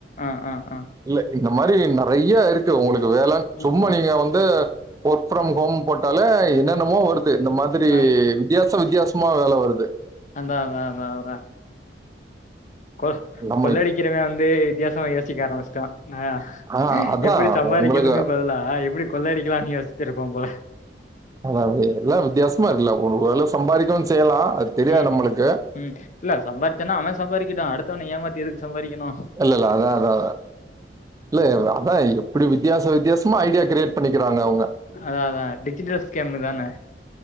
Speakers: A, on the left; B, on the right.
A: ஆ, ஆ, ஆ.
B: இல்ல இந்த மாரி நெறைய இருக்கு உங்களுக்கு வேல
A: ம்,
B: சும்மா
A: ஆ,
B: நீங்க வந்து ஒர்க் ஃப்ரம் ஹோம் போட்டாலே என்னென்னமோ வருது இந்த மாதிரி
A: ஆ.
B: வித்தியாசோ வித்தியாசோ சும்மா வேல வருது
A: அதா அதா அதா அவ்ர கொள்
B: நம்ம
A: கொள்ளயடிக்குறவ வந்து வித்யாசமா யோசிக்க ஆரம்பிச்சுட்டோ ஆ
B: ஆ அதான்
A: எப்டி சம்பாரிக்கணுறக்
B: உங்களுக்கு
A: பதிலா எப்புடி கொள்ளயடிக்கலானு யோசிச்சிருப்பா போல
B: அதா அது எல்லா வித்தியாசமா இருக்கல்ல ஒ ஓரளவு சம்பாறிக்கவு செய்யலா தெரியாது
A: ம்
B: நம்மளுக்கு
A: ம் ம் இல்ல சம்பாரிச்சான்னா அவ சம்பாரிக்கட்டு அடுத்தவன ஏமாத்தி எதுக்கு சம்பாரிக்கணு
B: இல்ல இல்ல அதா அதா இல்ல அதா எப்டி வித்தியாச வித்தியாசமா ஐடியா கிரியேட் பண்ணிக்கிறாங்க அவங்க
A: அதா அதா டிஜிட்டல் ஸ்கேமு தான.